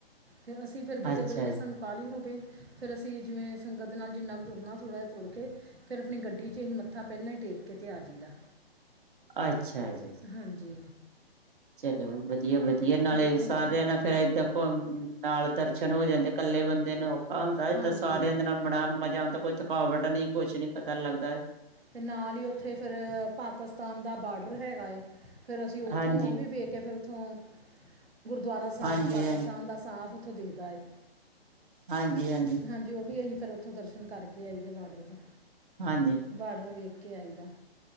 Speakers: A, on the right (about 80°); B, on the right (about 55°).
A: ਤੇ ਅਸੀਂ ਫਿਰ ਕਿਸੇ
B: ਅੱਛਾ
A: ਵੇਲੇ ਜੇ ਸਾਨੂੰ ਉਕਾਾਲ ਈ ਹੋਵੇ, ਫਿਰ ਅਸੀਂ ਜਿਵੇਂ ਸੰਗਤ ਦੇ ਨਾਲ ਜਿੰਨਾ ਕੁ ਤੁਰਨਾ, ਥੋੜ੍ਹਾ ਜਿਹਾ ਤੁਰ ਕੇ ਫੇਰ ਆਪਣੀ ਗੱਡੀ ਚ ਅਹੀ ਮੱਥਾ ਪਹਿਲਾਂ ਹੀ ਟੇਕ ਕੇ ਤੇ ਆ ਜਾਈਦਾ।
B: ਅੱਛਾ ਜੀ।
A: ਹਾਂਜੀ।
B: ਚਲੋ ਵਧੀਆ-ਵਧੀਆ। ਨਾਲੇ
A: ਹਾਂ
B: ਸਾਰਿਆਂ
A: ਉੱਥੇ
B: ਨਾਲ ਫੇਰ ਏਦਾਂ ਪੳ-ਨਾਲ ਦਰਸ਼ਨ ਹੋ ਜਾਂਦੇ। ਕੱਲੇ ਬੰਦੇ ਨੂੰ ਔਖਾ ਹੁੰਦਾ ਹੈ,
A: ਹਾਂਜੀ
B: ਤਾਂ ਸਾਰਿਆਂ ਦੇ ਨਾਲ ਬੜਾ ਮਜ਼ਾ ਆਉਂਦਾ ਹੈ। ਕੋਈ ਥਕ ਕਾਅ ਵਡਨੀ, ਕੁਛ ਨੀ ਪਤਾ ਲੱਗਦਾ ਹੈ।
A: ਤੇ ਨਾਲ ਹੀ ਉੱਥੇ ਫਿਰ ਪਾਕਿਸਤਾਨ ਦਾ ਬਾਰਡਰ ਹੈਗਾ ਏ। ਫੇਰ ਅਸੀਂ ਉੱਥੋਂ
B: ਹਾਂਜੀ,
A: ਉਹ ਵੀ ਵੇਖ ਕੇ ਫਿਰ ਉੱਥੋਂ, ਗੁਰਦੁਆਰਾ ਸਾਹਿਬ
B: ਹਾਂਜੀ,
A: ਪਾਕਿਸਤਾਨ
B: ਹਾਂਜੀ,
A: ਦਾ ਸਾਫ਼ ਉੱਥੋਂ ਦਿਖਦਾ ਹੈ।
B: ਹਾਂਜੀ-ਹਾਂਜੀ।
A: ਹਾਂਜੀ, ਉਹ ਵੀ ਅਸੀਂ ਫਿਰ ਉੱਥੋਂ ਦਰਸ਼ਨ ਕਰਕੇ ਆਈਦੇ ਬਾਰਡਰ ਤੋਂ
B: ਹਾਂਜੀ
A: ਬਾਰਡਰ ਵੇਖ ਕੇ ਆਈ ਦਾ।